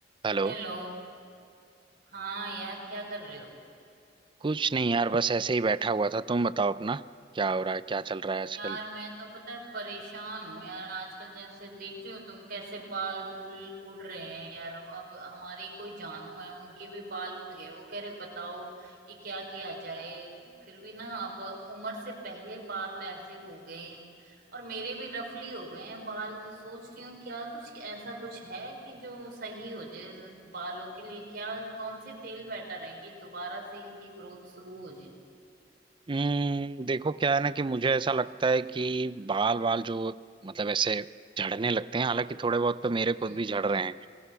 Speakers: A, on the right (about 25°); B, on the right (about 55°).
A: Hello
B: Hello हाँ यार क्या कर रहे हो
A: कुछ नहीं यार बस ऐसे ही बैठा हुआ था तुम बताओ अपना क्या हो रहा है क्या चल रहा है आजकल
B: यार मैं तो पता है परेशान हूँ यार आजकल जैसे देख रहे हो तुम कैसे बाल बूल उड़ रहे हैं यार अब हमारी कोई जानू है उनके भी बाल उड़ गए वो कह रहे बताओ कि क्या किया जाए फिर भी ना अब उम्र से पहले बाल ऐसे हो गए और मेरे भी रफली हो गए हैं बाल तो सोच रही हूँ क्या कुछ ऐसा कुछ है कि जो सही हो जाए बालों के लिए क्या कौन से तेल बेटर है कि दोबारा से इनकी ग्रोथ शुरू हो जाए
A: हम्म देखो क्या है ना कि मुझे ऐसा लगता है कि बाल बाल जो मतलब ऐसे झड़ने लगते हैं हालांकि थोड़े बहुत तो मेरे खुद
B: हम्म।
A: भी झड़ रहे हैं